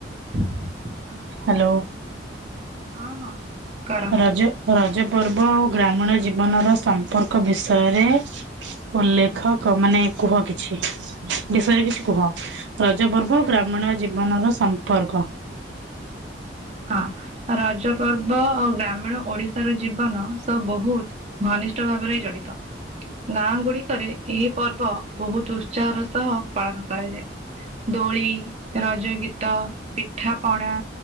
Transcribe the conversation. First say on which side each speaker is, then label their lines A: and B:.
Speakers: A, on the right; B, on the right.
A: ????
B: ହାଲୋ।
A: ହଁ ହଁ। କର
B: ରଜ ରଜ ପର୍ବ ଓ ଗ୍ରାମୀଣ ଜୀବନ ର ସମ୍ପର୍କ ବିଷୟରେ ଉଲେଖ କ ମାନେ କୁହ କିଛି ବିଷୟରେ କିଛି କୁହ। ରଜ ପର୍ବ ଗ୍ରାମୀଣ ଜୀବନର ସମ୍ପର୍କ
A: ହଁ ରଜ ପର୍ବ ଆଉ ଗ୍ରାମୀଣ ଓଡିଶାର ଜୀବନ ସ ବହୁତ ଘନିଷ୍ଠ ଭାବରେ ଜଡିତ। ଗାଁ ଗୁଡିକରେ ଏହି ପର୍ବ ବହୁତ ଉତ୍ସାହର ସହ ପାଳନ କରାଯାଏ। ଦୋଳି ରଜ ଗୀତ ପିଠାପଣା